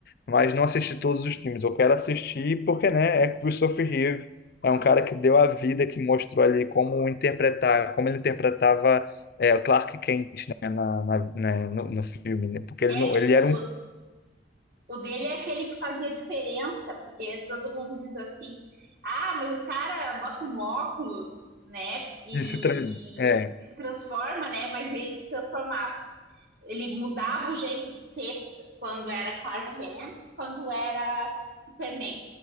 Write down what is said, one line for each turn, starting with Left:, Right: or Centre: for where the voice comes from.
Left: Mas não assisti todos os filmes. Eu quero assistir porque, né, é Christopher Reeve. É um cara que deu a vida, que mostrou ali como interpretar, como ele interpretava é, o Clark Kent, né, na, na- né, no, no filme, né? Porque ele,
Right: É,
Left: não-
Right: tipo,
Left: ele era um
Right: O dele é aquele que fazia diferença, porque todo mundo diz assim: ah, mas o cara bota um óculos, né? E,
Left: esse treino É,
Right: e se transforma, né? Mas ele se transformava. Ele mudava o jeito de ser quando era Clark Kent, quando era Superman,